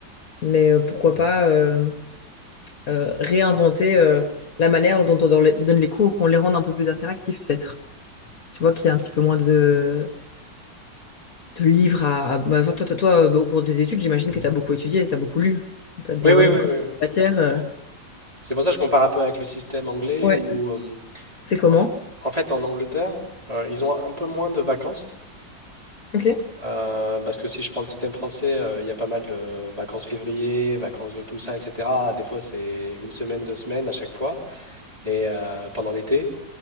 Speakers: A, on the left; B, on the right.
A: mais euh, pourquoi pas euh, euh, réinventer euh, la manière dont on don- les- donne les cours, qu'on les rende un peu plus interactifs, peut-être. Tu vois qu'il y a un petit peu moins de, de livres à... à- bah, toi, toi, toi, toi, bah, au cours des études, j'imagine que tu as beaucoup étudié, tu as beaucoup lu. Tu as dû
B: Oui,
A: avoir
B: oui, oui,
A: une quantité
B: oui, oui.
A: de matière. euh.
B: C'est pour ça que je compare un peu avec le système anglais,
A: Ouais.
B: où euh,
A: C'est comment?
B: en f- en fait en Angleterre, euh, ils ont un peu moins de vacances.
A: Ok.
B: Euh, parce que si je prends le système français, euh, il y a pas mal de vacances février, vacances de Toussaint, etc. Des fois, c'est une semaine, deux semaines à chaque fois. Et euh, pendant l'été,